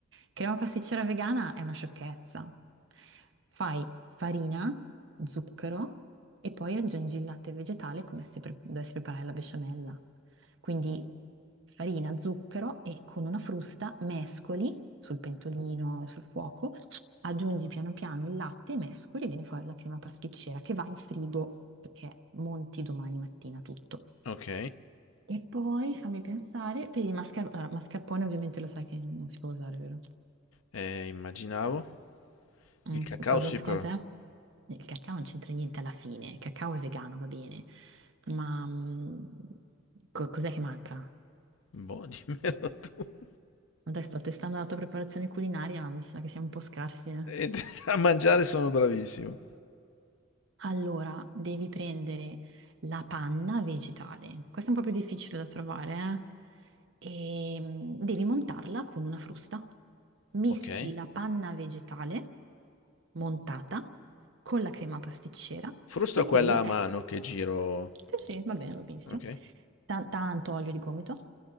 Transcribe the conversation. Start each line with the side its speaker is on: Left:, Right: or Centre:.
Right: Crema pasticcera vegana è una sciocchezza. Fai farina, zucchero e poi aggiungi il latte vegetale come se pre- dovessi preparare la besciamella. Quindi farina, zucchero e con una frusta mescoli sul pentolino, sul fuoco aggiungi piano piano il latte, mescoli e viene fuori la crema pasticcera che va in frigo perché monti domani mattina tutto.
Left: Ok,
Right: E poi fammi pensare, per il mascarpone, allora, mascarpone ovviamente lo sai che non si può usare, vero?
Left: eh, immaginavo.
Right: Mm,
Left: Il cacao
Right: Cosa
Left: sì
Right: secondo
Left: però.
Right: te? Il cacao non c'entra niente alla fine, il cacao è vegano, va bene, ma mm, co- cos'è che manca?
Left: Boh, <laughs> dimmelo tu.
Right: Adesso sto testando la tua preparazione culinaria, ma mi sa che siamo un po' scarsi, eh.
Left: E <laughs> a mangiare sono bravissimo.
Right: Allora, devi prendere la panna vegetale. Questa è un po' più difficile da trovare, eh? E mm, devi montarla con una frusta. Mischi
Left: Ok.
Right: la panna vegetale montata con la crema pasticcera
Left: Frusto
Right: e quello
Left: quella a mano
Right: è...
Left: che giro.
Right: Sì, sì, va bene, va benissimo.
Left: Ok.
Right: Tan- tanto olio di gomito.